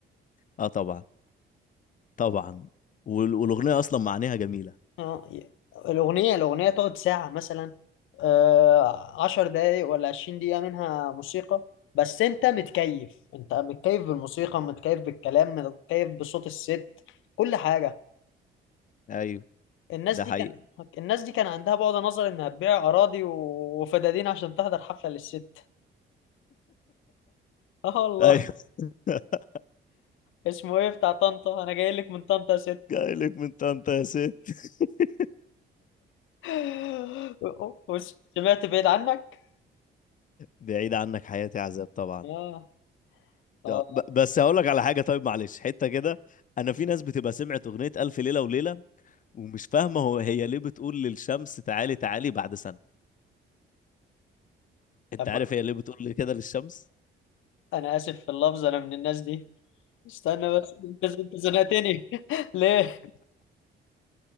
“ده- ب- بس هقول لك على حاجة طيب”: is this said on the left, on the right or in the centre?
Left